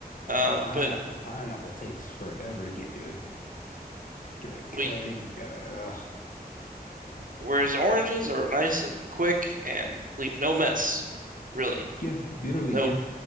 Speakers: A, on the right; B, on the left.
A: Um,
B: A pineapple,
A: but
B: pineapple takes forever to get to it. gotta cut
A: we
B: it. You gotta, uh,
A: whereas oranges are nice and quick and leave no mess, really.
B: yeah, literally,
A: No
B: yeah.